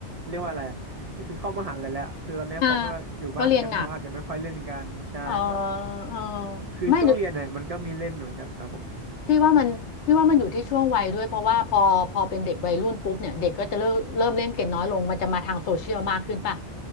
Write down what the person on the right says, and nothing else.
เรียกว่าอะไรก็คือเข้ามหาลัยแล้วคือตอนเนี้ยเขาก็อยู่บ้านกันเขาอาจจะไม่ค่อยเล่นกันใช่ครับ
คือช่วงเรียนเนี่ยมันก็มีเล่นเหมือนกันครับผม